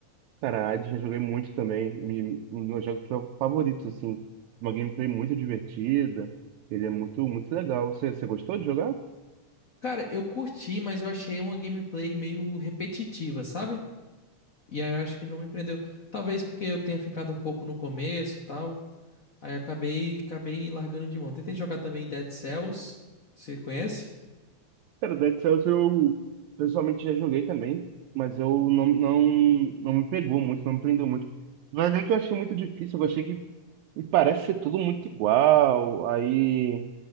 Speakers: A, on the right (about 75°); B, on the left (about 80°).
A: Cara, Hades já joguei muito também. me- Um dos meus jogos favoritos, assim. Uma gameplay muito divertida. Ele é muito, muito legal. Você, você gostou de jogar?
B: Cara, eu curti, mas eu achei uma gameplay meio repetitiva, sabe? E aí eu acho que não me prendeu. Talvez porque eu tenha ficado um pouco no começo, e tal. Aí acabei, acabei largando de mão. Tentei jogar também Dead Cells. Você conhece?
A: Cara, Dead Cells eu pessoalmente já joguei também, mas eu não, não, não me pegou muito, não me prendeu muito. Mas é que eu achei muito difícil, eu achei que me parece ser tudo muito igual, aí